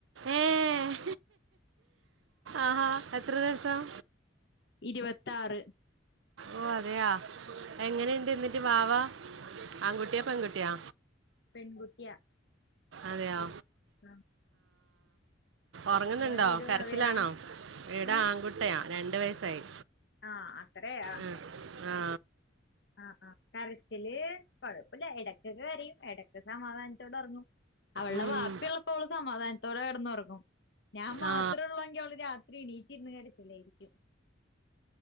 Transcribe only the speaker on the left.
ഇര്‌വത്താറ്.
പെൺകുട്ട്യാ.
ആഹ്.
അവിടെ ഏത്
ഭാഗയാ
ഏഹ്
ആഹ്. ആത്രെ യാ?
ആഹ് ആഹ് കരച്ചില് കൊഴപ്പല്ല എടയ്ക്ക് ഒക്കെ കരയും എടയ്ക്ക്‌ സമാധാനത്തോടെ ഒറങ്ങും. അവൾടെ
വാപ്പി ഉള്ളപ്പോ അവള് സമാധാനത്തോടെ കടന്ന് ഒറങ്ങും. ഞാൻ മാത്രേ
ഒള്ളു എങ്കില് അവള് രാ- ത്രി എണീറ്റ് ഇര്ന്ന്കാണ്ട് ഇക്കലായിരിക്കും.